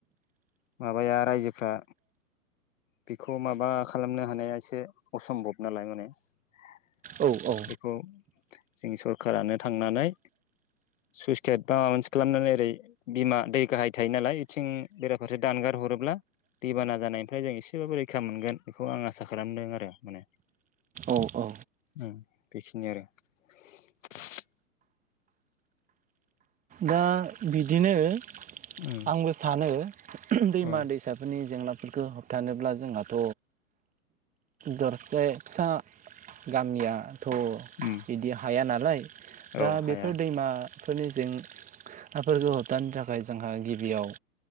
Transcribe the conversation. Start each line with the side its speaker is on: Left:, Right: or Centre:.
Left: माबाया रायजोफ्रा बेखौ माबा खालामनो हानाया इसे । असम्भब नालाय माने ।
Right: औ औ
Left: बेखौ । जोंनि सरखारानो थांनानै सुइसगेद बा माबा मोनसे खालामनानै ओरै बिमा दै गाहाय थायो नालाय इथिं बेराफारसे दानगार हरोब्ला दैबाना जानायनिफाय जों एसेबाबो रैखा मोनगोन बेखौ आं आसा खालामदों आरो । माने
Right: औ औ
Left: ओं बेखिनि आरो ।
Right: दा बिदिनो ।
Left: उम
Right: आंबो सानो । दैमा
Left: औ
Right: दैसाफोरनि जेंना--। बेफोरखो होबथानोब्ला जोंहाथ दर जे फिसा । गामियाथ
Left: उम
Right: बिदि हायानाल राय दा
Left: औ हाया
Right: बेफोर दैमा फोरनि जें हाफोरखौ होबथानो थाखाय जोंहा गिबियाव